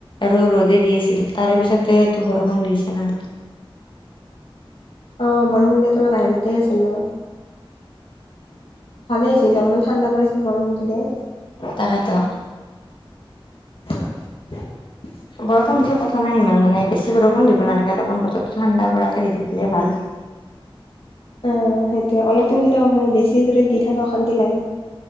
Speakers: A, on the left; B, on the left.
A: আৰু ৰ'দে দি আছিল তাৰে পিছতেটো বৰষুণ দিছে না।
B: অ', বৰষুণ দিওঁতে মই বাহিৰতে আছিলোঁ। ভালে হৈছে এতিয়া অলপমান ঠাণ্ডা পৰিছে বৰষুণতো দে
A: তাকেতো
B: <inaudible>
A: বৰষুণ দিলে কথা নাই ইমান মানে বেছি বৰষুণ দিব নালগে অলপমান বতৰটো ঠাণ্ডা পৰাকে দি থাকিলে ভাল।
B: অ', সেইটোয়ে অলপ টাইম দিলে কথা নাই বেছি যদি দি থাকে অশান্তি লাগে।